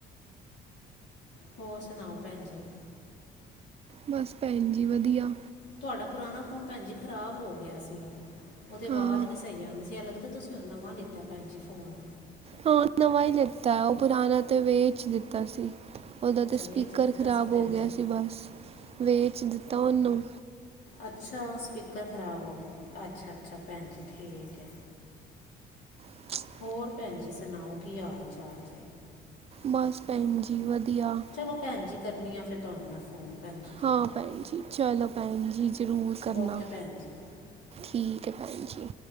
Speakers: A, on the left; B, on the right.
A: ਹੋਰ ਸੁਣਾਓ, ਭੈਣ ਜੀ।
B: ਬਸ ਭੈਣ ਜੀ, ਵਧੀਆ।
A: ਤੁਆਡਾ ਪੁਰਾਣਾ ਫ਼ੋਨ ਭੈਣ ਜੀ, ਖਰਾਬ ਹੋ ਗਿਆ ਸੀ। ਓਦੀ
B: ਹਾਂ
A: ਵਾਜ ਨੀ ਸਈ ਆਂਦੀ ਸੀ, ਐਂ ਲਗਦੈ ਤੁਸੀਂ ਹੁਨ ਨਵਾਂ ਲਿੱਤਾ ਭੈਣ ਜੀ ਫੋਨ।
B: ਹੋਰ ਨਵਾਂ ਈ ਲਿੱਤਾ, ਓ ਪੁਰਾਣਾ ਤੇ ਵੇਚ ਦਿੱਤਾ ਸੀ। ਓਦਾ
A: ਅੱਛਾ
B: ਤੇ ਸਪੀਕਰ
A: ਵੇਚ ਦਿੱਤਾ
B: ਖ਼ਰਾਬ
A: ਸੀ ਭੈਣ
B: ਹੋ ਗਿਆ
A: ਜੀ
B: ਸੀ ਬਸ, ਵੇਚ ਦਿੱਤਾ ਓਨੂੰ।
A: ਅੱਛਾ ਸਪੀਕਰ ਖ਼ਰਾਬ ਹੋ ਗਯਾ, ਅੱਛਾ-ਅੱਛਾ ਭੈਣ ਜੀ, ਠੀਕ ਐ।
B: <inaudible>
A: ਹੋਰ ਭੈਣ ਜੀ ਸੁਣਾਓ, ਕੀ ਹਾਲ-ਚਾਲ?
B: ਬਸ ਭੈਣ ਜੀ, ਵਧੀਆ।
A: ਚਲੋ ਭੈਣ ਜੀ, ਕਰਨੀ ਆ ਫੇਰ ਤੁਹਾਨੂੰ ਮੈਂ। ਫੋਨ ਪੰਜ
B: ਹਾਂ ਭੈਣ ਜੀ, ਚਲੋ ਭੈਣ ਜੀ, ਜਰੂਰ ਕਰਨਾ।
A: ਓਕੇ ਭੈਣ ਜੀ
B: ਠੀਕ ਐ, ਭੈਨ ਜੀ।